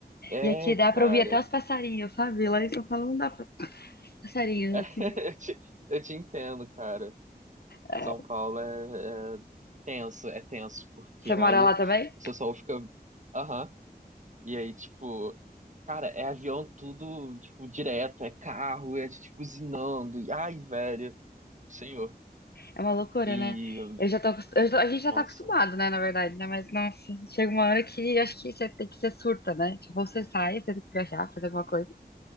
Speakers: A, on the right; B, on the left.
A: É,
B: E aqui dá
A: cara,
B: pra ouvir até os passarinhos, sabe? Lá em São Paulo não dá pra passarinhos,
A: <laughs>
B: assim.
A: eu te, eu te entendo, cara.
B: É,
A: São Paulo é, é tenso, é tenso, porque
B: Você
A: olha,
B: mora lá também?
A: você só fica. Aham. E aí, tipo, cara, é avião tudo, tipo, direto, é carro, é tipo usinando. E, ai, velho, senhor.
B: É uma loucura,
A: E,
B: né? Eu já tô, acos- eu já- tô- a gente já
A: nossa,
B: tá acostumado, né, na verdade, né? Mas, nossa, chega uma hora que acho que você tem que ser surta, né? Tipo, ou você sai, você tem que viajar, fazer alguma coisa.